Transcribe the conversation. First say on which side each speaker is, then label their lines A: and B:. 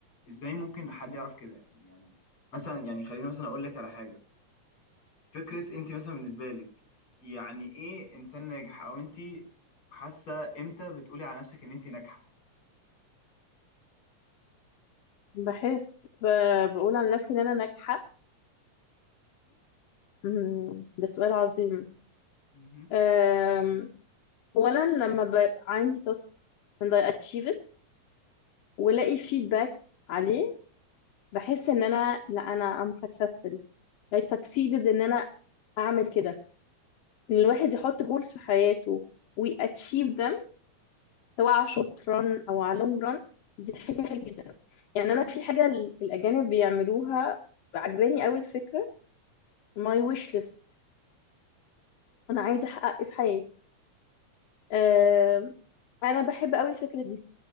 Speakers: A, on the left; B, on the left.
A: ازاي ممكن حد يعرف كده يعني يعني مثلا يعني خليني مثلا اقول لك على حاجة فكرة انت مثلا بالنسبة لك يعني ايه انسان ناجح او انت حاسة امتى بتقولي على نفسك ان انت ناجحة
B: بحس ب... بقول عن نفسي ان انا ناجحة أمم، ده سؤال عظيم
A: مهم.
B: أم، اولا لما بيبقى عندي تاسك and I achieve it والاقي
A: اوكي
B: feedback عليه بحس ان انا لا انا I'm successful I succeeded ان انا اعمل كده ان الواحد يحط goals في حياته و achieve them سواء على short run او على long run دي حاجة حلوة جدا يعني انا في حاجة ال- الاجانب بيعملوها عجباني قوي الفكرة ماي ويش ليست انا عايزه احقق ايه في حياتي أم، انا بحب قوي الفكره دي